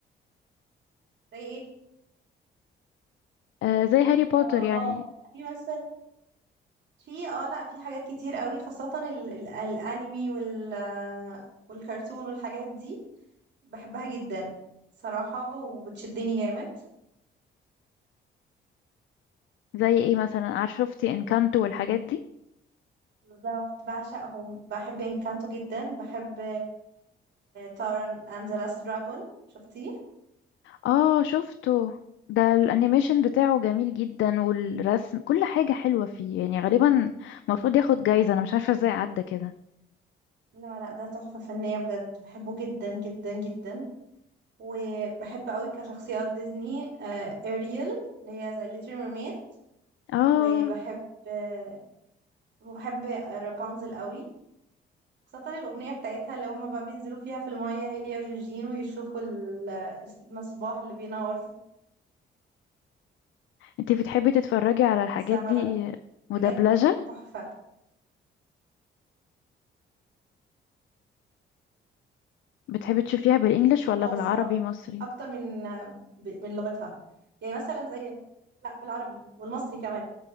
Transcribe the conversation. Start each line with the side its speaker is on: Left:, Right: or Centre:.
Right: زي ايه
Left: آه زي هاري بوتر
Right: اه
Left: يعني
Right: اه في مثلا في اه لا في حاجات كتير قوي خاصه ال ال الانمي وال والكرتون والحاجات دي بحبها جدا صراحة وبتشدني جامد
Left: زي ايه مثلا عارف شفتي انكانتو والحاجات دي
Right: بالظبط بعشقهم بحب انكانتو جدا بحب تارا اند ذا لاست دراجون شفتيه
Left: اه شفته ده الانيميشن بتاعه جميل جدا والرسم كل حاجه حلوه فيه يعني غالبا المفروض ياخد جايزه انا مش عارفه ازاي عدى كده
Right: لا لا ده تحفة فنية بجد بحبه جدا جدا جدا وبحب قوي كشخصيات ديزني اريل اللي هي ذا ليتل ميرميد
Left: اه
Right: وبحب آه، وبحب رابنزل قوي خاصة الأغنية بتاعتها اللي هما بقى بينزلوا فيها في المية هي ويوجين ويشوفوا ال- المصباح اللي بينور في
Left: انتي بتحبي تتفرجي على الحاجات
Right: السما
Left: دي
Right: ده
Left: مدبلجة
Right: بجد تحفة
Left: بتحبي تشوفيها بالانجلش ولا
Right: اه
Left: بالعربي
Right: الصراحة
Left: مصري
Right: أكتر من ب- من لغتها يعني مثلا زي لا بالعربي والمصري كمان